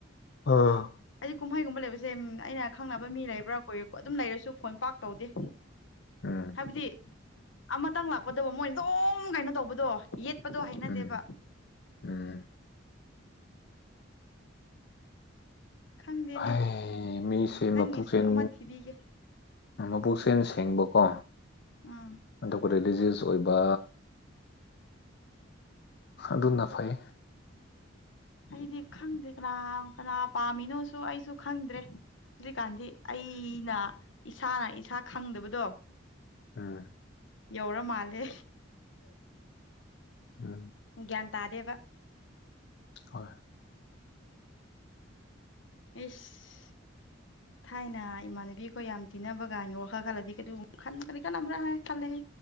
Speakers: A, on the left; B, on the left.
A: ꯑꯥ
B: ꯑꯩꯗꯤ ꯀꯨꯝꯍꯩꯒꯨꯝꯕ ꯂꯩꯕꯁꯦ ꯑꯩꯅ ꯈꯪꯅꯕ ꯃꯤ ꯂꯩꯕ꯭ꯔꯥ ꯀꯣꯏꯔꯦꯀꯣ ꯑꯗꯨꯝ ꯂꯩꯔꯁꯨ ꯐꯣꯟ ꯄꯥꯛ ꯇꯧꯗꯦ <inaudible>
A: ꯎꯝ
B: ꯍꯥꯏꯕꯗꯤ ꯑꯃꯇꯪ ꯂꯥꯛꯄꯗꯕ ꯃꯣꯏꯅ ꯑꯗꯨꯝ ꯀꯩꯅꯣ ꯇꯧꯕꯗꯣ ꯌꯦꯠꯄꯗꯣ ꯍꯩꯅꯗꯦꯕ
A: ꯎꯝ ꯎꯝ
B: ꯈꯪꯗꯦꯅꯦ
A: ꯍꯥꯏꯌꯦ ꯃꯤꯁꯦ
B: ꯅꯪꯒꯤꯁꯨ
A: ꯃꯄꯨꯆꯦꯟ
B: ꯑꯃ ꯊꯤꯕꯤꯒꯦ
A: ꯃꯕꯨꯛꯁꯦꯟ ꯁꯦꯡꯕꯀꯣ
B: ꯎꯝ
A: ꯑꯗꯨꯒ ꯔꯤꯂꯤꯖꯤꯌ꯭ꯁ ꯑꯣꯏꯕ ꯑꯗꯨꯅ ꯐꯩ
B: ꯑꯩꯗꯤ ꯈꯪꯗꯦ ꯀꯅꯥ ꯀꯅꯥ ꯄꯥꯝꯃꯤꯅꯣꯁꯨ ꯑꯩꯁꯨ ꯈꯪꯗ꯭ꯔꯦ ꯍꯧꯖꯤꯛꯀꯥꯟꯗꯤ ꯑꯩꯅ ꯏꯁꯥꯅ ꯏꯁꯥ ꯈꯪꯗꯕꯗꯣ
A: ꯎꯝ
B: ꯌꯧꯔ ꯃꯥꯜꯂꯦ
A: ꯎꯝ
B: ꯒ꯭ꯌꯥꯟ ꯇꯥꯗꯦꯕ
A: ꯍꯣꯏ
B: ꯑꯩꯁ ꯊꯥꯏꯅ ꯏꯃꯥꯟꯅꯕꯤ ꯑꯩꯈꯣꯏ ꯌꯥꯝ ꯇꯤꯟꯅꯕ ꯀꯥꯟꯒꯤ ꯋꯥꯈꯜ ꯈꯜꯂꯗꯤ ꯀꯩꯗꯨꯒꯨꯝ ꯈꯟ ꯀꯔꯤ ꯀꯥꯟꯅꯕ꯭ꯔꯥ ꯍꯥꯏ ꯈꯜꯂꯦꯍꯦ